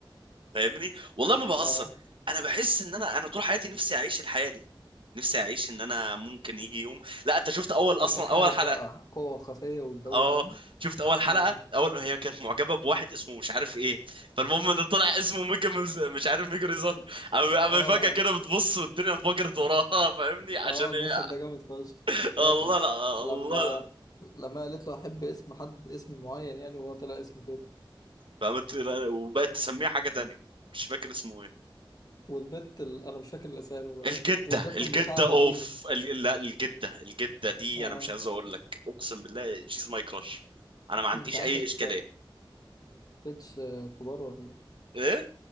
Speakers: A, on the right; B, on the left.
A: فاهمني والله ما بهزر
B: اه
A: انا بحس ان انا انا طول حياتي نفسي اعيش الحياه دي نفسي اعيش ان انا ممكن يجي يوم لا انت شفت اول اصلا
B: تتحارب
A: اول حلقه
B: بقى قوة خفية والجو
A: اه
B: ده يعني
A: شفت اول حلقه
B: امم
A: اول هي كانت معجبه بواحد اسمه مش عارف ايه فالمهم ان طلع اسمه ميجا مز- مش عارف ميجا ريزان اما
B: اه
A: فجاه كده بتبص والدنيا انفجرت وراها فاهمني عشان
B: اه المشهد
A: هي
B: ده جامد فشخ
A: الله
B: فاكره
A: لا
B: لما
A: الله لا
B: لما قالت له احب اسم حد اسم معين يعني وهو طلع اسمه كده
A: فقامت لا، وبقت تسميه حاجه تانية مش فاكر اسمه ايه
B: والبت ال... انا مش فاكر الاسامي برضه
A: الجدة
B: والبت
A: الجدة
B: ام شعر
A: اوف
B: بينج
A: ال- لا الجدة الجدة دي
B: اه
A: انا مش عايز اقول لك اقسم بالله شيز ماي كراش انا ما عنديش
B: انت عندك
A: اي اشكالية
B: بيتش كبار ولا
A: ايه